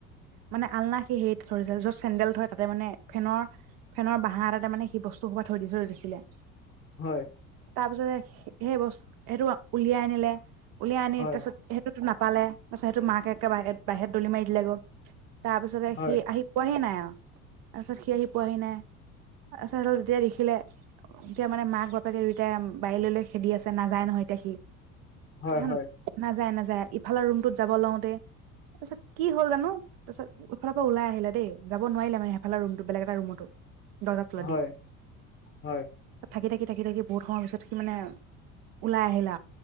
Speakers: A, on the right (about 55°); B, on the left (about 25°).
A: মানে আলনা সি হেৰিত থৰিছিলে যত চেণ্ডেল থৰে তাতে মানে ফেনৰ ফেনৰ বাহা এটা ততে মানে সি বস্তু সোপ থৈ দি থৰি দিছিলে।
B: হয়।
A: তাৰ পিছতে সেই বস্তু সেইটো উলিয়াই আনিলে উলিয়াই আনি
B: হয়
A: তাৰ পিছতেইটো তো নাপালে তাৰপিছতেইটো মাক একে বাহ বাহিৰত দলি মাৰি দিলে গৈ তাৰ পিছত
B: হয়
A: সি আহি পোৱাহি নাই আৰু তাৰপিছত সি আহি পোৱাহি নাই তাৰপিছত যেতিয়া দেখিলে এতিয়া মানে মাক বাপ বাপেক দুয়োটাই বাৰী ললে খেদি আছে নাযায় নহয় এতিয়া
B: হয়
A: সি
B: হয়
A: নাযায় নাযায় ইফালৰ ৰুমটোত যাব লওতে তাৰপিছত কি হ'ল জানো তাৰপিছত ইফালৰ পৰা ওলাই আহিলে দেই যাব নোৱাৰিলে মানে সেইফালৰ ৰুম বেলেগ এটা ৰুমতো দৰ্জাৰ তলেদি
B: হয় হয়
A: থাকি থাকি থাকি থাকি বহুত সময়ৰ পিছত সি মানে ওলাই আহিলা